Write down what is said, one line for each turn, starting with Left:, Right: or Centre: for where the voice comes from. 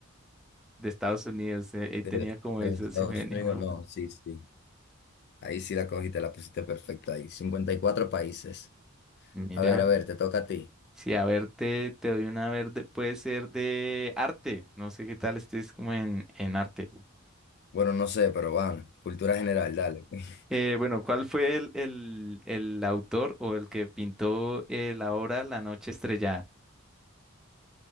Centre: de Estados Unidos. eh, Ahí tenía
Left: De,
Centre: como
Left: de
Centre: eso,
Left: los Estados
Centre: se me venía
Left: Unidos,
Centre: más.
Left: no, sí, sí. Ahí sí la cogiste, la pusiste perfecta ahí. 54 países.
Centre: Mira,
Left: A ver, a ver, te toca a ti.
Centre: si a ver, te, te doy una verde, puede ser de arte. No sé qué tal estés como en, en arte.
Left: Bueno, no sé, pero van. Cultura general, dale. <laughs>
Centre: Eh, bueno, ¿cuál fue el, el, el autor o el que pintó eh, la obra La Noche Estrellada?